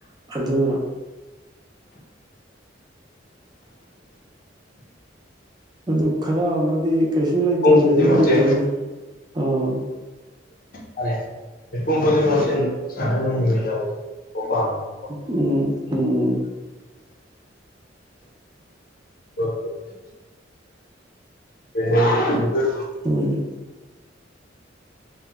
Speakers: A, on the right (about 20°); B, on the left (about 50°).
A: ꯑꯗꯨꯅ ꯑꯗꯨ ꯈꯔ ꯑꯃꯗꯤ ꯀꯩꯁꯨ ꯂꯩꯇꯅ
B: ꯄꯨꯡ
A: ꯚꯦꯂꯨ
B: ꯈꯨꯗꯤꯡꯃꯛꯁꯦ
A: ꯂꯩꯇꯅ ꯑꯥ
B: ꯃꯥꯅꯦ <unintelligible>
A: ꯎꯝ ꯎꯝ ꯎꯝ
B: <unintelligible> <unintelligible>
A: ꯍꯣꯏ ꯅꯦ